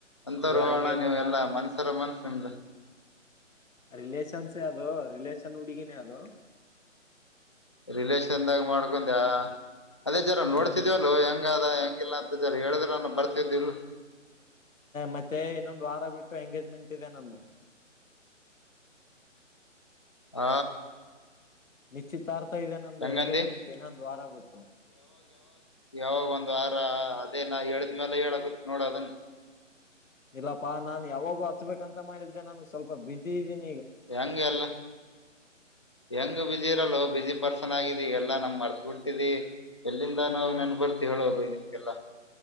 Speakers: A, on the left (about 25°); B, on the left (about 90°).
A: ಅಂತ
B: ಇಲ್ಲ
A: ರೋಹಣ
B: ಹಂಗೇನಿಲ್ಲ
A: ನೀವೆಲ್ಲ ಮನ್ಸರ ಮನ್ಸ <inaudible>
B: ರಿಲೇಷನ್ಸ್ ಅದು ರಿಲಷನ್ ಹುಡುಗಿನೆ ಅದು
A: ರಿಲೇಷನ್ದಾಗ ಮಾಡ್ಕೊಂಡ್ಯಾ ಅದೇ ಜರ ನೋಡ್ತಿದ್ವಲ್
B: ಹ್ಮ್
A: ಹೆಂಗ ಆದ ಹಂಗಿಲ್ಲ ಅಂತ ಜರ್ ಹೇಳಿದ್ರಾನ ಬರ್ತಿದ್ದಿಲ್
B: ಮತ್ತೆ ಇನ್ನೊಂದು ವಾರ ಬಿಟ್ಟು ಎಂಗೇಜ್ಮೆಂಟ್ ಇದೆ ನಂದು
A: ಆ
B: ನಿಶ್ಚಿತ ರ್ತಾ ಇದೆ ನಂದುಂದು
A: ಹೆಂಗಂದಿ
B: ಎಂಗೇಜ್ಮೆಂಟ್ ಏನೊಂದು ವಾರ ಬಿಟ್ಟು
A: ಯಾವಾಗ ಒಂದ್ ವಾರ ಅದೇ ನಾ ಹೇಳಿದ್ಮೇಲೆ ಹೇಳಕ ನೋಡ ಅದನ್ನು
B: ಇಲ್ಲಪ್ಪಾ ನಾನ್ ಯಾವಾಗೂ ಹಚ್ಬೇಕಂತ ಮಾಡಿದ್ದೆ ನನ್ಗ್ ಸ್ವಲ್ಪ ಬಿಸಿ ಇದೀನ
A: ಹೆಂಗ ಎಲ್ಲ ಹೆಂಗ್ ಬಿಜಿ ಇರಲ್ಲ ಬಿ ಜಿ ಪರ್ಸನ್ ಆಗಿದೀಲ್ಲ ಎಲ್ಲ ನಮ್ ಮರ್ತ್ ಬಿಟ್ಟಿದಿ ಎಲ್ಲಿಂದ ನಾವ್ ನೆನ್ಪ ಬರ್ತಿ ಹೇಳೋ ಬೈ ನಿಮ್ಗೆಲ್ಲ